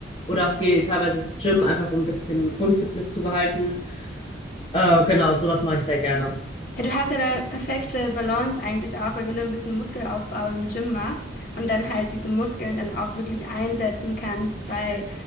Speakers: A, on the left (about 30°); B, on the left (about 50°).
A: Oder auch gehe teilweise ins Gym, einfach um ein bisschen Grundfitness zu behalten. Äh, genau, sowas mache ich sehr gerne.
B: Ja, du hast ja eine perfekte Balance eigentlich auch, weil wenn du ein bisschen Muskelaufbau im Gym machst und dann halt diese Muskeln dann auch wirklich einsetzen kannst bei